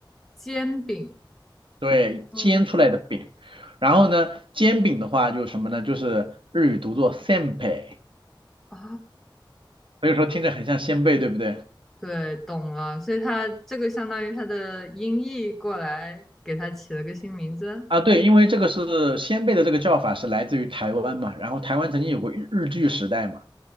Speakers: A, in the centre; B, on the right (about 90°).
A: 煎饼。
B: 对，
A: 嗯，
B: 煎出来的饼。然后呢，煎饼的话就是什么呢？就是日语读作 senpai，
A: 哦，
B: 所以说听着很像鲜贝，对不对？
A: 对，懂了。所以它这个相当于它的音译过来，给它起了个新名字。
B: 啊，对，因为这个是鲜贝的这个叫法是来自于台湾嘛，然后台湾曾经有过日日据时代嘛，